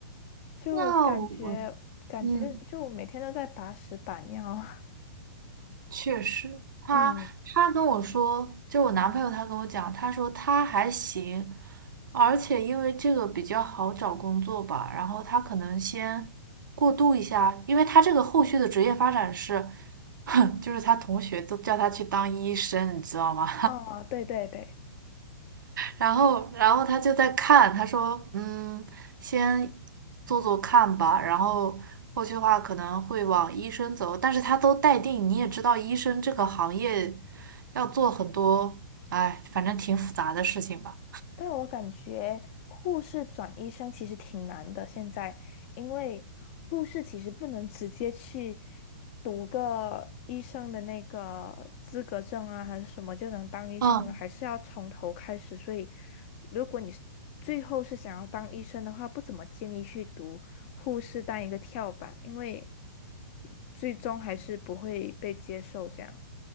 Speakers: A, on the left (about 40°); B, on the right (about 75°).
A: 就感觉感觉就每天都在把屎把尿啊。
B: 那我，嗯。确实，他他跟我说，
A: <laughs> 嗯，
B: 就我男朋友他跟我讲，他说他还行，而且因为这个比较好找工作吧，然后他可能先过渡一下，因为他这个后续的职业发展是，<laughs> 哼，就是他同学都叫他去当医生，你知道吗？
A: 哦，对对对，
B: 然后，然后他就在看，他说：“嗯，先做做看吧，然后后续话可能会往医生走。但是他都待定，你也知道，医生这个行业要做很多，哎，反正挺复杂的事情吧。”
A: 但我感觉护士转医生其实挺难的，现在，因为护士其实不能直接去读个医生的那个资格证啊，还是什么就能当医生了，
B: 嗯
A: 还是要从头开始。所以，如果你是最后是想要当医生的话，不怎么建议去读护士当一个跳板，因为最终还是不会被接受这样。